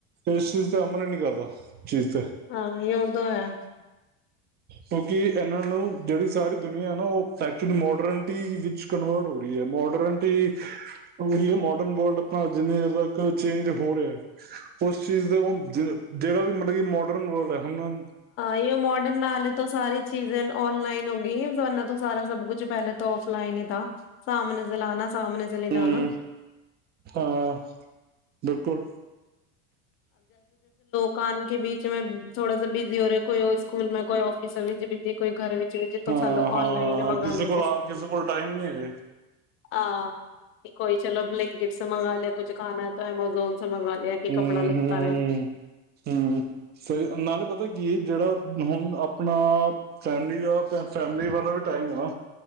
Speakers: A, on the right; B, on the left.
A: ਇਸ ਚੀਜ਼ ਤੇ ਅਮਲ ਹੀ ਨਹੀਂ ਕਰਦਾ ।
B: ਹਾਂ ਯਉਦੋ ਹੈ।
A: ਕਿਉਂਕਿ ਇਹਨਾਂ ਨੂੰ ਜਿਹੜੀ ਸਾਰੀ ਦੁਨੀਆ ਨਾ ਉਹ ਐਕਚੁਲੀ ਮੋਡਰਨਟੀ ਵਿੱਚ ਕਨਵਰਟ ਹੋ ਰਹੀ ਹੈ। ਮੋਡਰਨਿਟੀ ਉਹੀ ਹੈ ਮੋਡਰਨ ਵਰਲਡ ਆਪਣਾ ਜਿੰਨੀ ਦੇਰ ਤੱਕ ਚੇਂਜ ਹੋ ਰਿਹਾ, ਉਸ ਚੀਜ਼ ਦਾ ਉਹ ਜਿਹੜਾ ਵੀ ਮਤਲਬ ਕਿ ਮੋਡਰਨ ਵਰਲਡ ਹੈ। ਹੁਣ।
B: ਇਹ ਮੋਡਰਨ ਨਾਲੇ ਤੋਂ, <unintelligible> ਸਾਰੀ ਚੀਜ਼ ਔਨਲਾਈਨ ਹੋ ਗਈ ਜ਼ਮਾਨਾ ਤੋਂ ਸਾਰਾ ਸਭ ਕੁਛ ਪਹਿਲਾਂ ਤੋਂ ਸਭ ਔਫਲਾਈਨ ਹੀ ਥਾ। ਸਾਮਣੇ ਚਲਾ ਆਣਾ ਸਾਮਣੇ ਚਲੇ
A: ਹਮ
B: ਜਾਣਾ <unintelligible>
A: ਹਾਂ ਬਿਲਕੁਲ
B: ਕਾਮ ਕੇ ਬੀਚ ਮ ਥੋੜਾੇ ਬਿਜ਼ੀ ਹੋ ਰਿਹਾ, ਕੋਈ ਉਹ ਸਕੂਲ ਮੈਂ, ਕੋਈ ਔਫਿਸ ਬਿਜ਼ੀ, ਕੋਈ ਘਰ ਵਿੱਚ। ਬਿਜੀ ਤਾਂ
A: ਹਾਂ
B: ਸਾਨੂੰ
A: ਹਾਂ
B: ਔਨਲਾਈਨ
A: ਹਾਂ
B: ਮੰਗਾ
A: ਕਿਸੇ
B: ਲੈਂਦੇ
A: ਕੋਲ ਹੈ,
B: ਸੀ
A: ਕਿਸੇ ਕੋਲ ਟਾਈਮ ਨੀ ਹੈਗਾ।
B: ਹਾਂ ਕੋਈ ਚਲੋ ਬਲਿੰਕ <unintelligible> ਕਿਟਸ ਮ ਮੰਗਵਾ ਲਿਆ ਕੁਛ ਖਾ <unintelligible> ਐਮਾਜ਼ੋਨ। ਮੰਗਵਾ ਲਿਆ ਕਿ? ਕੱਪੜਾ
A: ਹਮ
B: ਲਤਾ
A: ਹਮ ਹਮ
B: ਨੇ
A: ਹਮ ਸਹੀ ਨਾਲੇ ਪਤਾ ਕੀ ਜਿਹੜਾ, ਹੁਣ ਆਪਣਾ ਫੈਮਿਲੀ ਦਾ, ਫੈਮਲੀ ਵਾਲਾ ਵੀ ਟਾਈਮ ਹੈ, ਨਾ